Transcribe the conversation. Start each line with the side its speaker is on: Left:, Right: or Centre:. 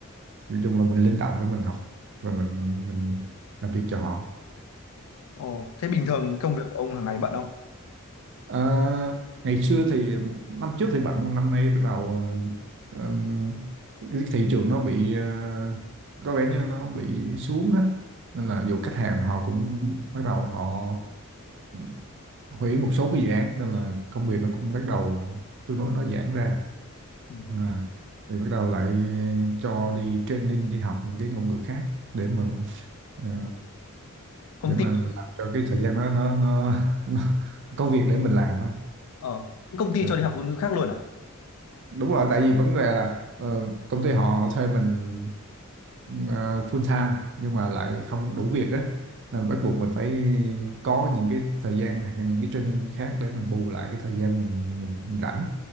Right: nói chung là mình linh động để mình học và mình mình làm việc cho họ
Left: Ồ, thế bình thường công việc của ông hàng ngày bận không?
Right: Ờ, ngày xưa thì một năm trước thì bận năm nay bắt đầu ờ, ừm, cái thị trường nó bị ờ, có vẻ như nó bị xuống á nên là dù khách hàng họ cũng bắt đầu họ ừ, hủy một số cái dự án nên là công việc nó cũng bắt đầu tương đối nó giãn ra
Left: Ừ.
Right: à, thì bắt đầu lại cho đi training đi học những cái ngôn ngữ khác để mà ờ,
Left: Công
Right: để mà
Left: ty
Right: làm cho cái thời gian nó nó nó, <laughs> nó có việc để mình làm á
Left: ờ, Thế công ty
Right: Ờ,
Left: cho đi học ngôn ngữ khác luôn à?
Right: đúng rồi tại vì vấn đề là ờ, công ty họ thuê mình ờ, full time nhưng mà lại không đủ việc á nên bắt buộc mình phải có những cái thời gian hoặc là những cái training khác để mình bù lại cái thời gian mình mình, mình rảnh